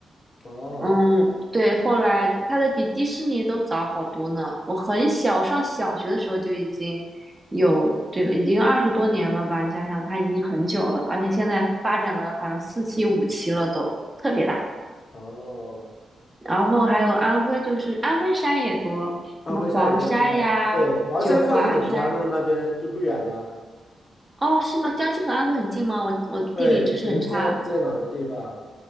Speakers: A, on the left; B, on the right.
A: 哦
B: 嗯，对，后来它的比迪士尼都早好多呢。我很小，上小学的时候就已经有这个，已经二十多年了吧？你想想，它已经很久了，而且现在发展了好像四期、五期了都，特别大。
A: 哦。
B: 然后还有安徽，就是安徽山也多，
A: 安徽山也多是吧？
B: 什么黄山呀、
A: 对，黄山靠近九江啊，
B: 九华山。
A: 那边就不远了。
B: 哦，是吗？江西和安徽很近吗？我我地理知识很差。
A: 对，给它接接壤的地方，